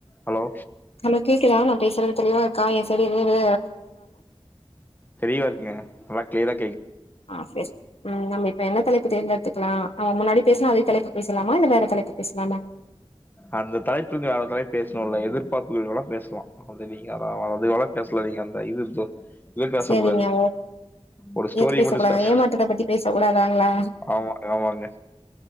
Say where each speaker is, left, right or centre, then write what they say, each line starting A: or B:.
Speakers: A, on the left; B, on the left.
A: Hello
B: hello கேக்குதா நான் பேசுறது தெளிவா இருக்கா என் சரி லீவு
A: தெரிவா இருக்குங்க <unintelligible> க்ளியரா
B: ஆஹ் பேஸ் ம் நம்ம இப்ப என்ன தலைப்பு தேர்ந்தெடுக்குலாம் அவன் முன்னாடி பேசன அதே தலைப்பு பேசலாமா இல்ல வேற தலைப்பு பேசலாமா
A: அந்த தலைப்புக்கு <unintelligible> பேசணும் இல்ல எதிர்பார்ப்புகள் வேணா பேசலாம் வந்து நீங்க அத அதுவேணா பேசலா நீங்க அந்த இது து பேச
B: சரிங்க
A: கூடாது
B: ஓ
A: ஒரு ஸ்டோரி
B: எது
A: மட்டு பேசக்கூடாது
B: ஏமாற்றத்த பத்தி பேச கூடாதாங்களா
A: ஆமா ஆமாங்க